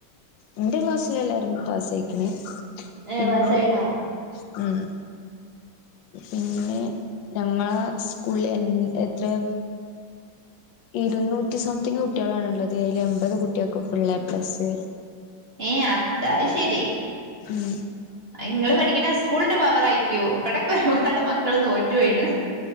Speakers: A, on the left; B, on the right.
A: ഇന്റെ ക്ലാസില് എല്ലാരും പാസായിക്ക്ണ്.
B: ഏഹ്
A: പിന്നെ?
B: പാസ്സായിണോ
A: ഉം. പിന്നെ. ഞങ്ങളാ സ്കൂള്ള് എൻ എത്രെ ഇരുന്നൂറ്റി സംതിങ്ങ് കുട്ടികളാണ്ള്ളത് അയില് എൺമ്പത് കുട്ട്യേൾക്ക് ഫുള്ള് എപ്ലസ്സ്.
B: ഏ, അത അയ് ശരി.
A: ഉം.
B: അയിങ്ങള് പഠിക്ക്ണ സ്കൂൾന്റെ പവർ ആയിരിക്കും. ഇവിടൊക്കെ <unintelligible> ഒരുപാട് മക്കള് തോറ്റ് വീണ്.